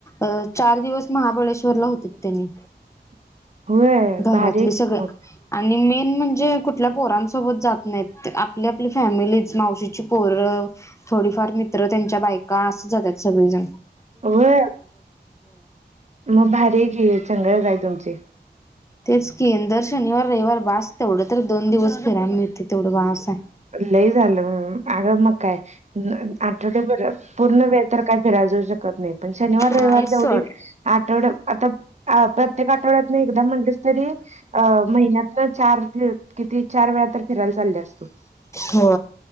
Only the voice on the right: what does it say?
<unintelligible>
भारी आहे
की मग
व मग भारी घे चगळच आहे तुमचे,
लई झालं, आग म काय, आठव्या पूर्ण वेळ तर काही, फिराय जऊ शकत नाही पण, शनिवार रविवार
जवढे. आठवड आता प्रत्येक, आठवड्यातन एकदा म्हणलंस तरी अ महिन्यातन चार, किती चार वेळा तर फिरायला चालले असतो.